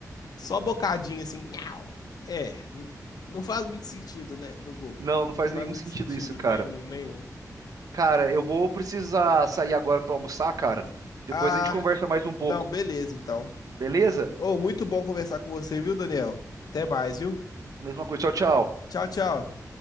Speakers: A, on the left; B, on the right.
A: só bocadinho assim. Nhau. É, n- não faz muito sentido, né? No gol.
B: Não,
A: Não
B: não faz
A: faz
B: nenhum
A: muito
B: sentido
A: sentido.
B: isso, cara.
A: Nenhum, nenhum.
B: Cara, eu vou precisar sair agora pra almoçar, cara. Depois
A: Ah,
B: a gente conversa mais um pouco.
A: não, beleza então.
B: Beleza?
A: Ô, muito bom conversar com você, viu, Daniel? Até mais, viu?
B: Mesma coisa. Tchau, tchau.
A: Tchau, tchau.